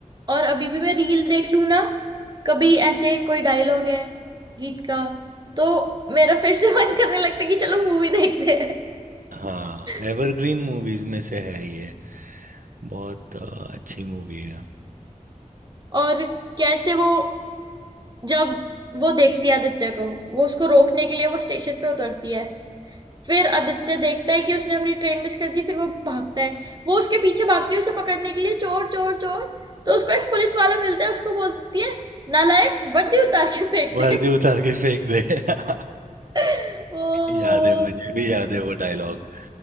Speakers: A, on the right; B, on the right.
A: और अभी भी मैं रील देख लूं ना कभी ऐसे कोई डायलॉग है गीत का तो मेरा फिर से मन करने लगता है कि चलो मूवी देखते हैं
B: हाँ
A: <laughs>
B: एवरग्रीन मूवीज में से है ये बहुत अ, अच्छी मूवी है
A: और कैसे वो जब वो देखती है आदित्य को वो उसको रोकने के लिए वो स्टेशन पे उतरती है फिर आदित्य देखता है कि उसने अपनी ट्रेन मिस कर दी फिर वो भागता है वो उसके पीछे भागती है उसे पकड़ने के लिए चोर चोर चोर तो उसको एक पुलिस वाला मिलता है उसको बोलती है नालायक वर्दी उतार के फेंक
B: वर्दी
A: दे
B: उतार के फेंक दे <laughs>
A: <laughs> ओ
B: याद है मुझे भी याद है वो डायलॉग